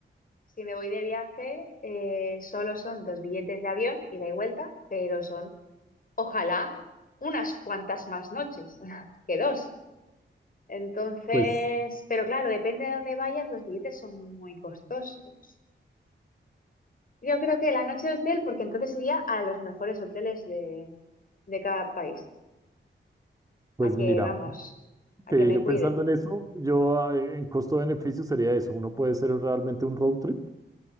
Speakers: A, on the left; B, on the right.
A: si me voy de viaje, eh, solo son dos billetes de avión, ida y vuelta, pero son, ojalá, unas cuantas más noches <laughs> que dos. Entonces,
B: Pues,
A: pero claro, depende de dónde vayas, los billetes son muy costosos. Yo creo que la noche de hotel, porque entonces iría a los mejores hoteles de, de cada país.
B: pues
A: A que,
B: mira,
A: vamos, a
B: sí,
A: que me
B: yo
A: cuiden.
B: pensando en eso, yo ah, eh, en costo-beneficio sería eso. Uno puede ser realmente un road trip